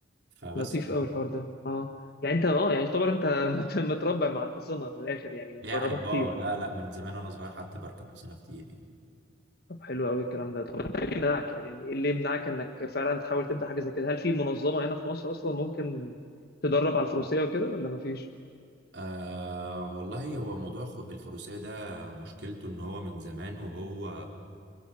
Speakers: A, on the right (about 65°); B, on the left (about 55°).
A: فبس
B: لطيف قوي الحوار ده اه يعني انت اه يعني يعتبر انت <laughs> مت- متربع مع الحصانه من الاخر يعني مجربها
A: يعني
B: كتير
A: اه لا لا من زمان وانا صغير حتى بركب حسينة كتير يعني
B: طب حلو قوي الكلام ده طب انت ايه يمنعك يعني ايه اللي يمنعك انك فعلا تحاول تبدا حاجه زي كده هل في منظمه هنا في مصر اصلا ممكن تدرب على الفروسيه وكده ولا مفيش
A: آه والله هو موضوع خ- الفروسية ده مشكلته ان هو من زمان وهو